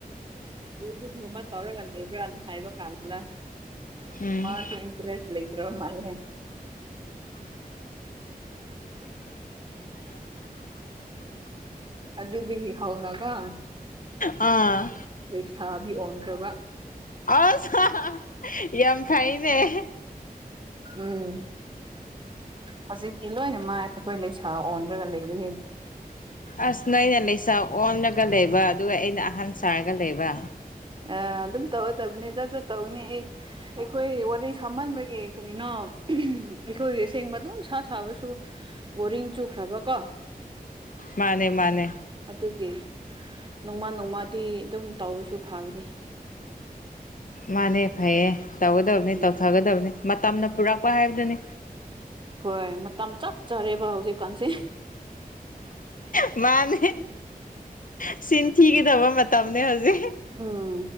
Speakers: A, on the right; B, on the left.
A: <unintelligible> ꯒꯨꯝꯒꯨꯝꯕ ꯇꯧꯔꯒ ꯂꯩꯕ꯭ꯔꯅ ꯍꯥꯏꯕ ꯀꯥꯟꯗ
B: ꯎꯝ
A: ꯃꯥꯁꯤ ꯏꯟꯇꯔꯦꯁ ꯂꯩꯇ꯭ꯔꯕ ꯃꯥꯜꯂꯦ ꯑꯗꯨꯗꯒꯤ ꯍꯧꯅꯀꯣ
B: ꯑꯥ
A: ꯂꯩꯁꯥꯕꯤ ꯑꯣꯟꯈ꯭ꯔꯕ
B: ꯑꯁ ꯌꯥꯝ ꯐꯩꯅꯦ
A: ꯎꯝ ꯍꯧꯖꯤꯛꯇꯤ ꯂꯣꯏꯅ ꯃꯥ ꯑꯩꯈꯣꯏ ꯂꯩꯁꯥ ꯑꯣꯟꯔꯒ ꯂꯩꯕꯅꯦ
B: ꯑꯁ ꯅꯣꯏꯅ ꯂꯩꯁꯥ ꯑꯣꯜꯂꯒ ꯂꯩꯕ ꯑꯗꯨꯒ ꯑꯩꯅ ꯑꯍꯟ ꯁꯥꯔꯒ ꯂꯩꯕ
A: ꯑ ꯑꯗꯨꯝ ꯇꯧꯒꯗꯕꯅꯦ ꯖꯠ ꯖꯠ ꯇꯧꯅꯤ ꯑꯩ ꯑꯩꯈꯣꯏ ꯋꯥꯔꯤ ꯁꯥꯃꯟꯕꯒꯤ ꯀꯔꯤꯅꯣ ꯑꯩꯈꯣꯏꯒꯤ ꯑꯁꯦꯡꯕ ꯑꯗꯨꯝ ꯁꯥ ꯁꯥꯕꯁꯨ ꯕꯣꯔꯤꯡ ꯆꯨꯈ꯭ꯔꯕ ꯀꯣ
B: ꯃꯥꯅꯦ ꯃꯥꯅꯦ
A: ꯑꯗꯨꯒꯤ ꯅꯣꯡꯃ ꯅꯣꯡꯃꯥꯗꯤ ꯑꯗꯨꯝ ꯇꯧꯕꯁꯨ ꯐꯕꯅꯤ
B: ꯃꯥꯅꯦ ꯐꯩꯌꯦ ꯇꯧꯒꯗꯕꯅꯤ
A: ꯎꯝ
B: ꯇꯧꯊꯒꯗꯕꯅꯤ ꯃꯇꯝꯅ ꯄꯨꯔꯛꯄ ꯍꯥꯏꯕꯗꯨꯅꯤ
A: ꯍꯣꯏ ꯃꯇꯝ ꯆꯞ ꯆꯔꯦꯕ ꯍꯧꯖꯤꯛꯀꯥꯟꯁꯦ
B: ꯃꯥꯅꯦ ꯁꯤꯟ ꯊꯤꯒꯗꯕ ꯃꯇꯝꯅꯦ ꯍꯧꯖꯤꯛ
A: ꯎꯝ